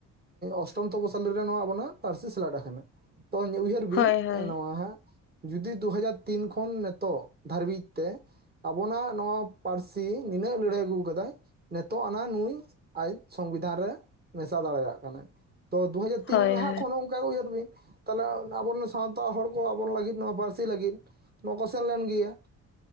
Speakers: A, on the right; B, on the left.
A: ᱚᱥᱴᱚᱢ ᱛᱚᱯᱚ ᱥᱟᱞᱤ ᱱᱚᱣᱟ ᱟᱵᱚᱱᱟᱜ ᱯᱟᱹᱨᱥᱤ ᱥᱮᱞᱮᱫ ᱠᱟᱱᱟ ᱛᱚ ᱩᱭᱦᱟᱹᱨ ᱵᱤᱱ
B: ᱦᱳᱭ ᱦᱳᱭ ᱦᱳᱭ
A: ᱱᱚᱣᱟ ᱦᱟᱸᱜ ᱡᱩᱫᱤ ᱫᱩ ᱦᱟᱡᱟᱨ ᱛᱤᱱ ᱠᱷᱚᱱ ᱱᱤᱛᱚᱜ ᱫᱷᱟᱹᱨᱵᱤᱡ ᱛᱮ ᱟᱵᱚᱱᱟᱜ ᱱᱚᱣᱟ ᱯᱟᱹᱨᱥᱤ ᱱᱤᱱᱟᱹᱜ ᱞᱟᱹᱲᱦᱟᱹᱭ ᱟᱹᱜᱩ ᱠᱟᱫᱟᱭ ᱱᱤᱛᱚᱜ ᱟᱱᱟ ᱱᱩᱭ ᱟᱭᱤᱡ ᱥᱚᱝᱵᱤᱫᱷᱟᱱ ᱨᱮ ᱢᱮᱥᱟ ᱫᱟᱲᱮᱭᱟᱜ ᱠᱟᱱᱟᱭ ᱛᱚ ᱫᱩ ᱦᱟᱡᱟᱨ ᱛᱤᱱ
B: ᱦᱳᱭ
A: ᱞᱟᱦᱟ
B: ᱦᱳᱭ
A: ᱠᱷᱚᱱ ᱦᱚᱸ ᱚᱝᱠᱟ ᱩᱭᱦᱟᱹᱨ ᱵᱤᱱ ᱛᱟᱦᱚᱞᱮ ᱟᱵᱚᱨᱮᱱ ᱥᱟᱶᱛᱟ ᱦᱚᱲ ᱠᱚ ᱟᱵᱚ ᱞᱟᱹᱜᱤᱫ ᱱᱚᱣᱟ ᱯᱟᱹᱨᱥᱤ ᱞᱟᱹᱜᱤᱫ ᱱᱚᱣᱟ ᱠᱚ ᱥᱮᱱ ᱞᱮᱱ ᱜᱮᱭᱟ,